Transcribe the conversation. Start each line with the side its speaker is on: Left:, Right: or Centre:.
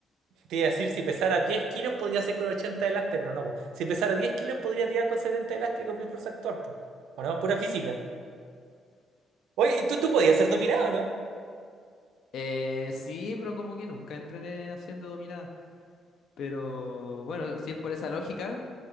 Right: Te iba a decir, si pesara 10 kilos podría hacer con 80 de lastre, pero no, po. Si pesara 10 kilos podría tirar con 70 de lastre con mi fuerza actual, po. ¿O no? Pura física. Oye, tú, tú podías ser dopinado, ¿no?
Left: Eh, sí, pero como que nunca entrené haciendo dominada. Pero bueno, si es por esa lógica,